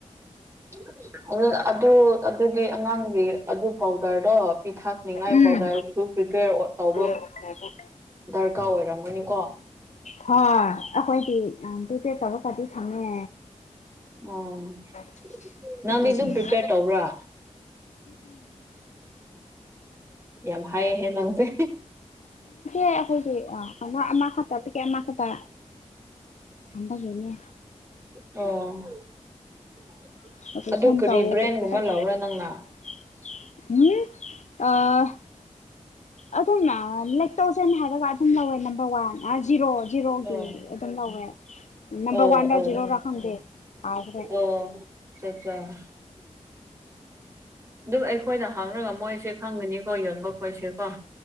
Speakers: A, on the right; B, on the left.
A: <inaudible> ꯑꯗꯨ ꯑꯗꯨ ꯑꯗꯨꯗꯤ ꯑꯉꯥꯡꯒꯤ ꯑꯗꯨ ꯄꯥꯎꯗꯔꯗꯣ ꯄꯤꯊꯛꯅꯤꯉꯥꯏ
B: ꯎꯝ
A: ꯄꯥꯎꯗꯔꯁꯨ ꯄ꯭ꯔꯤꯄꯦꯌꯔ ꯑꯣꯠ ꯇꯧꯕ
B: <inaudible>
A: ꯗꯔꯀꯥꯔ ꯑꯣꯏꯔꯝꯒꯅꯤꯀꯣ
B: ꯍꯣꯏ ꯑꯈꯣꯏꯗꯤ ꯑꯝ ꯄ꯭ꯔꯤꯄꯦꯌꯔ ꯇꯧꯔꯒꯗꯤ ꯊꯝꯃꯦ
A: ꯑꯣ
B: <inaudible> <unintelligible>
A: ꯅꯪꯗꯤ
B: ꯇꯦ
A: ꯑꯗꯨꯝ ꯄ꯭ꯔꯤꯄꯦꯌꯔ ꯇꯧꯕ꯭ꯔꯥ ꯌꯥꯝ ꯍꯥꯏꯌꯦꯍꯦ ꯅꯪꯁꯦ
B: ꯑꯩꯈꯣꯏꯗꯤ ꯑꯥ ꯋꯥ ꯑꯃꯥ ꯈꯠꯇ ꯄꯤꯀꯦꯠ ꯑꯃꯥ ꯈꯠꯇ ꯊꯝꯕꯒꯤꯅꯦ
A: ꯑꯣ
B: <unintelligible>
A: ꯑꯗꯨ ꯀꯔꯤ ꯕ꯭ꯔꯦꯟꯒꯨꯝꯕ ꯂꯧꯕ꯭ꯔꯥ ꯅꯪꯅ
B: ꯑꯗꯨꯝꯅ ꯂꯦꯛꯇꯣꯖꯦꯟ ꯍꯥꯏꯔꯒ ꯑꯗꯨꯝ ꯂꯧꯋꯦ ꯅꯝꯕꯔ ꯋꯥꯟ ꯑꯥ ꯖꯤꯔꯣ ꯖꯤꯔꯣꯒꯤ
A: ꯑꯣ
B: ꯑꯗꯨꯝ ꯂꯧꯋꯦ ꯅꯝꯕꯔ
A: ꯑꯣ
B: ꯋꯥꯟꯂ
A: ꯑꯣ
B: ꯖꯤꯔꯣꯔ ꯈꯪꯗꯦ ꯀꯥꯎꯒ꯭ꯔꯦ
A: ꯑꯣ <unintelligible> ꯗꯨ ꯑꯩꯈꯣꯏꯅ ꯍꯪꯔꯒ ꯃꯣꯏꯁꯦ ꯈꯪꯒꯅꯤꯀꯣ ꯌꯣꯟꯕ ꯈꯣꯏꯁꯦꯀꯣ